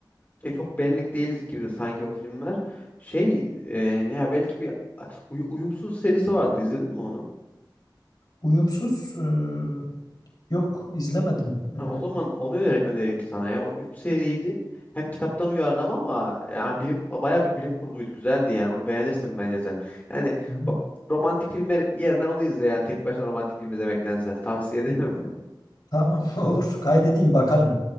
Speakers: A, on the left; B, on the left.
A: E, çok benlik değil gibi sanki o filmler. Şey e, ya belki bir uy- uyumsuz serisi vardı. İzledin mi onu?
B: Uyumsuz e, yok izlemedim.
A: Ha,
B: E,
A: o zaman onu öner- önereyim sana ya. O 3 seriydi. Hem kitaptan uyarlama ama yani bilim bayağı bir bilim kurguydu. Güzeldi yani. Onu beğenirsin bence sen. Yani
B: hı,
A: ba- romantik filmler yerine onu izle yani tek başına romantik film izlemektense tavsiye <laughs> ederim.
B: tamam <laughs> olur kaydedeyim bakarım.